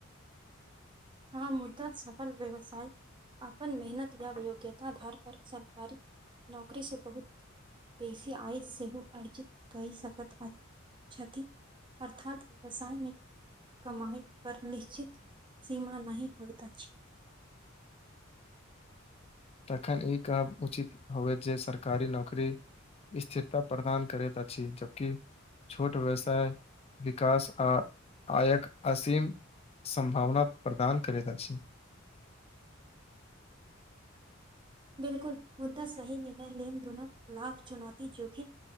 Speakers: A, on the right (about 25°); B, on the left (about 30°).
A: हँ मुद्दा सफल व्यवसाय अपन मेहनत या य योग्यता आधार पर सरकारी नौकरी से बहुत बेसी आयत सेहो अर्जित क सकत कति अर्थात व्यवसायिक कमाई पर निश्चित सीमा नय होइत छै
B: तखन ई कहब उचित होय जे सरकारी नौकरी स्थिरता प्रदान करैत अछि जबकि छोट व्यवसाय विकास आ आयक असीम सम्भावना प्रदान करैत अछि
A: बिलकुल मुद्दा सही निर्णय लेन देनक खाफ चुनौती जोखि